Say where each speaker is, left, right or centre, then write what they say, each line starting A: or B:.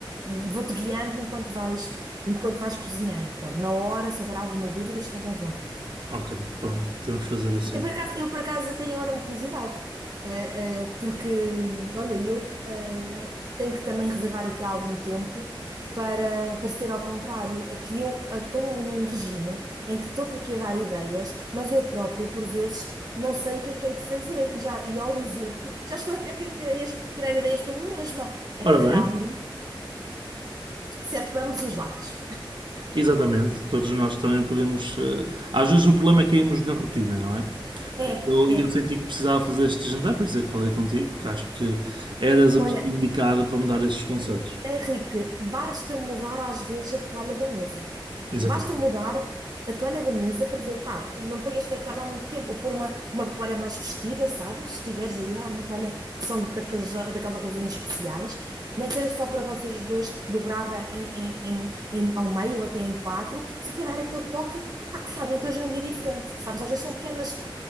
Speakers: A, on the right; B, on the right.
A: e- e vou-te guiando enquanto vais, enquanto vais cozinhando. Pronto, na hora, se houver alguma dúvida, estás à vontade.
B: Ok, pronto, temos que fazer assim.
A: Eu por acaso, eu por acaso tenho agora uma curiosidade, eh, eh, porque, olha, eu eh, tenho que também reservar aqui algum tempo para, para ser ao contrário. É que eu eh, estou num, num regime em que estou-te aqui a dar ideias, mas eu própria, por vezes, não sei o que é que hei de fazer. E, já, e ao dizer-te, já estou até a ter- ter ideias- tirar ideias para mim mesma. É
B: Ora
A: que realmente
B: bem.
A: serve para ambos os lados.
B: Exatamente, todos nós também podemos. eh, Às vezes o problema é cairmos na rotina, não é? E
A: É,
B: eu,
A: é.
B: e eu senti que precisava fazer este jantar, por isso é que falei contigo, porque acho que eras a
A: Olha,
B: pessoa indicada para me dar esses conselhos.
A: Henrique, basta mudar às vezes a toalha da mesa.
B: Exatamente.
A: Basta mudar a toalha da mesa para dizer, pá, não ponhas esta toalha há muito tempo, ou pôr uma, uma toalha mais festiva, sabes? Se tiveres aí alguma toalha que são daqueles, daquelas ocasiões especiais, nem que seja só para vocês os dois, dobrada em, em- em- em- ao meio ou até em quatro, só para dar aquele toque, pá, que realmente hoje é um dia diferente, sabes? Às vezes são pequenas